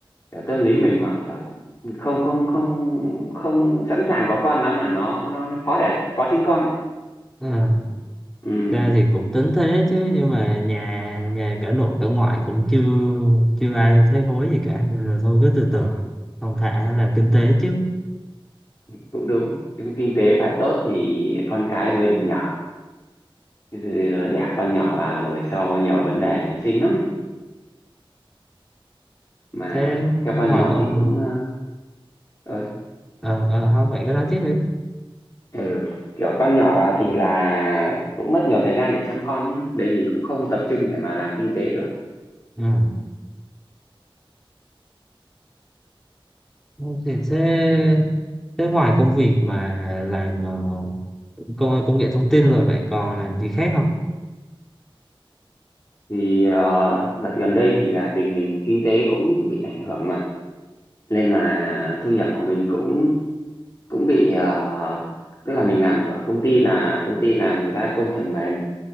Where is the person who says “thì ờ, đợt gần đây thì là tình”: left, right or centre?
Left